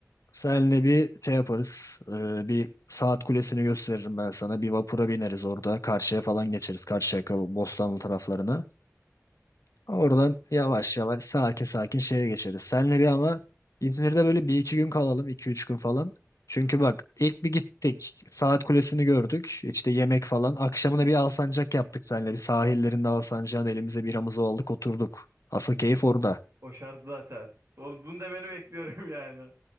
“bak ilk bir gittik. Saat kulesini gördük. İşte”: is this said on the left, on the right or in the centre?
Left